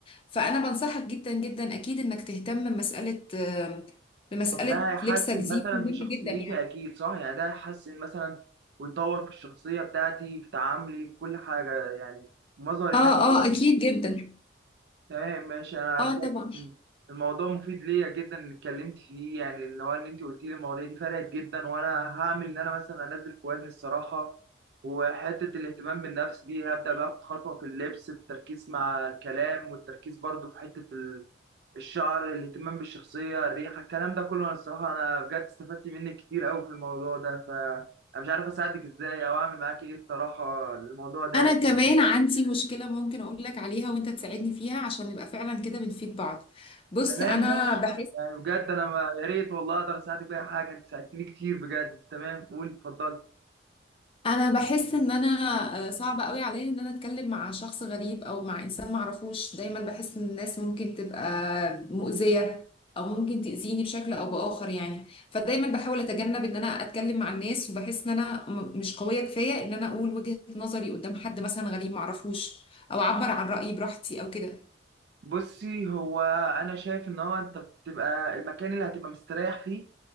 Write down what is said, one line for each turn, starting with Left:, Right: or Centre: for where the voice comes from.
Left: فانا بنصحك جدا جدا اكيد انك تهتم بمساله بمسألة
Right: طب ده هيحسن
Left: لبسك دي
Right: مثلا
Left: مهمة
Right: في شخصيتي
Left: جدا يعني
Right: اكيد صح يعني ده هيحسن مثلا ويطور في الشخصيه بتاعتي في تعاملي في كل حاجه يعني مظهر الناس
Left: اه اه اكيد جدا
Right: تمام ماشي انا
Left: اه
Right: بجد
Left: طبعا
Right: الموضوع مفيد ليا جدا اللي اتكلمت فيه يعني اللي هو ان انت قلت لي المواضيع دي فرقت جدا وانا هعمل ان انا مثلا انزل في وزني الصراحه وحته الاهتمام بالنفس دي هبدا باخد خطوه في اللبس التركيز مع الكلام والتركيز برضو في حته ال- الشعر الاهتمام بالشخصيه الريحه الكلام ده كله انا الصراحه انا بجد استفدت منك كتير قوي في الموضوع ده ف انا مش عارف اساعدك ازاي او اعمل معاك ايه الصراحه الموضوع ده
Left: انا كمان عندي مشكلة ممكن اقول لك عليها وانت تساعدني فيها عشان نبقى فعلا كده بنفيد بعض بص
Right: تمام
Left: انا
Right: ماشي
Left: بحب
Right: يعني بجد انا ما يا ريت والله اقدر اساعدك باي حاجه انت ساعدتني كتير بجد تمام قول اتفضل
Left: انا بحس ان انا آه، صعب قوي عليا ان انا اتكلم مع شخص غريب او مع انسان معرفوش دايما بحس ان الناس ممكن تبقى مؤذية او ممكن تأذيني بشكل او بآخر يعني فدايما بحاول اتجنب ان انا اتكلم مع الناس وبحس ان انا م- مش قوية كفاية ان انا اقول وجهة نظري قدام حد مثلا غريب معرفوش او اعبر عن رأيي براحتي او كده
Right: بصي هو انا شايف ان هو انت بتبقى المكان اللي هتبقى مستريح فيه